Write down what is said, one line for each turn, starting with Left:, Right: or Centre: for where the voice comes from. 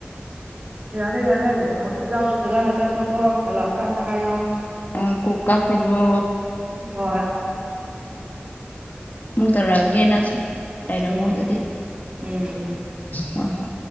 Right: ꯌꯥꯔꯦ ꯌꯥꯔꯦ ꯍꯣꯁꯄꯤꯇꯥꯜ ꯐꯖꯟꯅ ꯆꯠꯂꯣꯀꯣ ꯍꯥꯂꯛꯑ ꯀꯥꯟꯗ ꯍꯥꯏꯌꯣ
Left: ꯑ ꯀꯣꯛ ꯀꯈꯔ꯭ ꯥꯕꯣ
Right: ꯍꯣꯏ
Left: ꯍꯣꯏ ꯍꯣꯏ ꯍꯣꯏ ꯑꯃꯨꯛ ꯇꯧꯔꯛꯑꯒꯦꯅ ꯂꯩꯔꯝꯃꯣ
Right: ꯎꯝ
Left: ꯑꯗꯨꯗꯤ
Right: ꯎꯝ ꯎꯝ ꯎꯝ
Left: ꯍꯣꯏ ꯍꯣꯏ